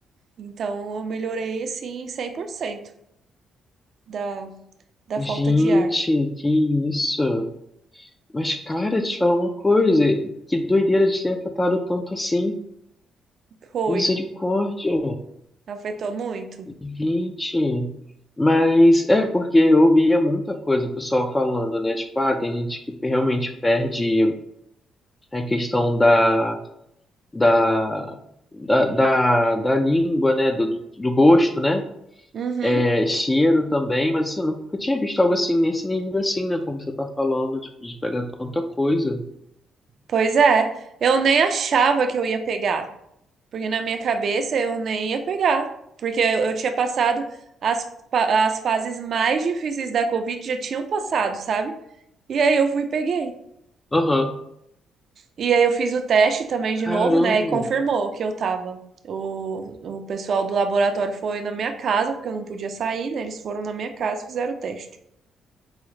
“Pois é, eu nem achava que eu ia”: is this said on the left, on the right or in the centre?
Right